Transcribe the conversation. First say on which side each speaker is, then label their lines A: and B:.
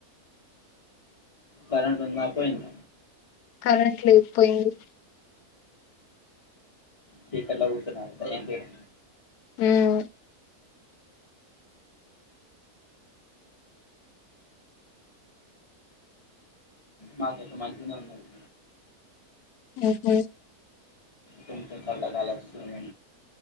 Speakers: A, on the left; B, on the left.
A: కరెంట్ ఉంద పోయింద
B: కరెంట్ లేద్ పోయింది
A: చీకట్లా కూసున్నరూ ఏం చెయ్యలే
B: హ్మ్
A: మాకైతే మంచిగనే ఉన్నది
B: హ్మ్ హు
A: కొంచెం చల్ల గాలి వస్తుంది